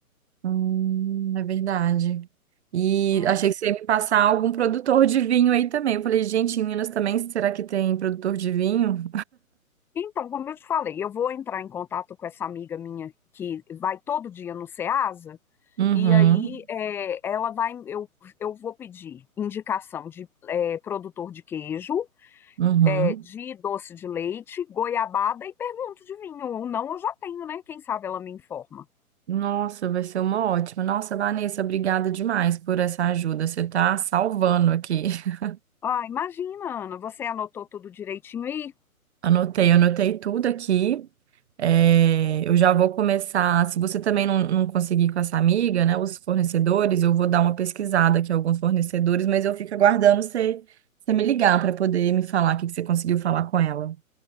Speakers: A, on the right (about 50°); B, in the centre.
A: Hum, é verdade. E
B: né?
A: achei que você ia me passar algum produtor de vinho aí também. Eu falei, gente, em Minas também, será que tem produtor de vinho?
B: Então, como eu te falei, eu vou entrar em contato com essa amiga minha que vai todo dia no Ceasa,
A: Uhum,
B: e aí é, ela vai, eu, eu vou pedir indicação de é, produtor de queijo,
A: uhum.
B: é, de doce de leite, goiabada e pergunto de vinho. Ou não, eu já tenho, né? Quem sabe ela me informa.
A: Nossa, vai ser uma ótima. Nossa, Vanessa, obrigada demais por essa ajuda. Você tá salvando aqui. <laughs>
B: Ah, imagina, Ana, você anotou tudo direitinho aí?
A: Anotei, anotei tudo aqui. É, eu já vou começar. Se você também não, não conseguir com essa amiga, né, os fornecedores, eu vou dar uma pesquisada aqui, alguns fornecedores, mas eu fico aguardando você, você me ligar para poder me falar o que que você conseguiu falar com ela.